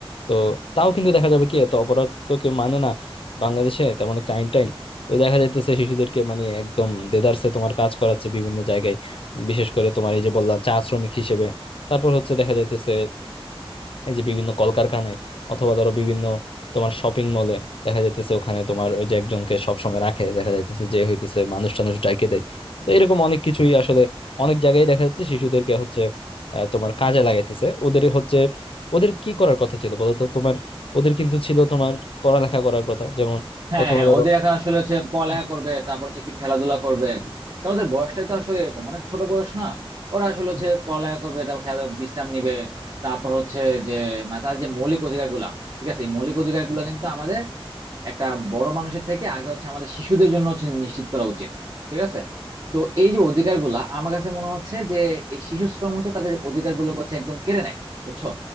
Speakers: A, on the left (about 65°); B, on the right (about 40°).
A: তো তাও কিন্তু দেখা যাবে কি এত অপরাধ তো কেউ মানে না বাংলাদেশে তেমন একটা আইন টাইন তো দেখা যাইতেছে শিশুদেরকে মানে একদম দেদারসে তোমার কাজ করাচ্ছে বিভিন্ন জায়গায় বিশেষ করে তোমার এই যে বললাম চা শ্রমিক হিসেবে তারপর হচ্ছে দেখা যাইতেছে এই যে বিভিন্ন কলকারখানায় অথবা ধরো বিভিন্ন তোমার শপিং মলে দেখা যাইতেছে ওখানে তোমার ওই যে একজনকে সবসময় রাখে দেখা যাইতেছে যে হইতেছে মানুষ টানুষ ডাইকে দেয় তো এরকম অনেক কিছুই আসলে অনেক জায়গায় দেখা যাচ্ছে শিশুদেরকে হচ্ছে আহ, তোমার কাজে লাগাইতেছে ওদের হচ্ছে ওদের কি করার কথা ছিল বলতো তোমার ওদের কিন্তু ছিল তোমার পড়ালেখা করার কথা যেমন
B: হ্যাঁ
A: অথবা
B: হ্যাঁ
A: ধরো
B: ওদের এখন আসলে হচ্ছে পড়ালেখা
A: হুম
B: করবে তারপর হচ্ছে একটু খেলাধুলা করবে কারণ ওদের বয়সটাই তো আসলে এরকম অনেক ছোট বয়স না ওরা আসলে হচ্ছে
A: হুম
B: পড়ালেখা করবে তারপর খেলা বিশ্রাম নিবে তারপর হচ্ছে যে মানে তার যে মৌলিক অধিকার গুলা ঠিক আছে এই মৌলিক অধিকার গুলা কিন্তু আমাদের একটা বড় মানুষের থেকে আগে হচ্ছে আমাদের শিশুদের জন্য হচ্ছে নিশ্চিত করা উচিত ঠিক আছে তো এই যে অধিকারগুলা আমার কাছে মনে হচ্ছে যে এই শিশু শ্রম হচ্ছে তাদের অধিকারগুলো হচ্ছে একদম কেড়ে নেয় বুঝছো